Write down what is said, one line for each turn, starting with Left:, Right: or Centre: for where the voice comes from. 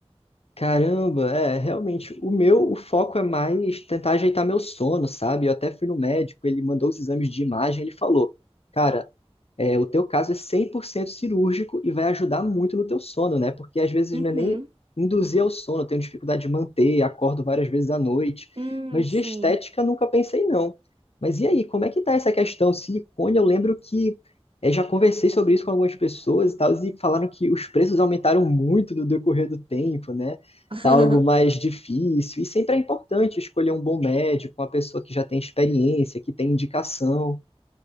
Left: Caramba, é, realmente, o meu, o foco é mais tentar ajeitar meu sono, sabe? Eu até fui no médico, ele mandou os exames de imagem, ele falou, cara, é, o teu caso é 100% cirúrgico e vai ajudar muito no teu sono, né? Porque às vezes
Right: Uhum.
Left: não é nem induzir ao sono, eu tenho dificuldade de manter, acordo várias vezes à noite.
Right: Hum,
Left: Mas de
Right: sim.
Left: estética nunca pensei não. Mas e aí, como é que tá essa questão? Silicone, eu lembro que é, já conversei sobre isso com algumas pessoas e tal, e falaram que os preços aumentaram muito no decorrer do tempo, né?
Right: <laughs>
Left: Tá algo mais difícil. E sempre é importante escolher um bom médico, uma pessoa que já tem experiência, que tem indicação.